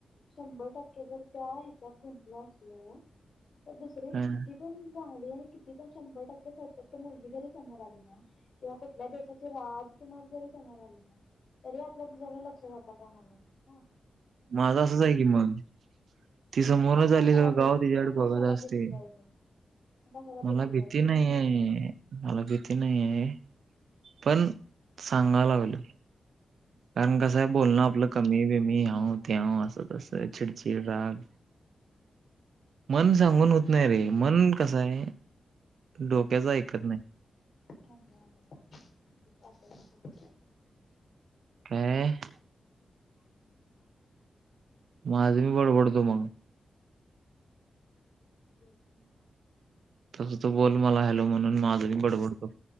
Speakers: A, on the left; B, on the right.
A: शंभर टक्के जर त्या हिच्याात गुंतलं असल तर दुसरे
B: हा
A: किती पण चांगली आणि किती पण शंभर टक्के फत मुलगी जरी समोर आली ना किंवा कुठल्या देशाचे राजकुमार जरी समोर आले ना, तरी आपलं तुझ्याकडे लक्ष जातं कामाने
B: माझं असंच आहे की मन ती समोरच
A: मग कशाला
B: आली सगळं
A: भी
B: गाव तिच्याकड
A: मग कशाला
B: बघत असतय
A: भीती पाहिजे मग कशाला
B: मला
A: पाहिजे
B: भीती नाही आहे मला भीती नाही आहे पण सांगाय लागलोय कारण कसं आहे बोल ना आपलं कमी बी मी ह्या ते असं तसं चिडचिड राग मन सांगून होत नाही रे मन कस आहे डोक्याच ऐकत नाही
A: म्ह अ्या <unintelligible>
B: प्रय <unintelligible>
A: काहीतरी बोल अभ्यासाचं
B: माझ मी बडबडतो
A: कॉलेज
B: मग
A: बोलत म का
B: तस तो बोल मला हॅलो म्हणून माझही बडबडतो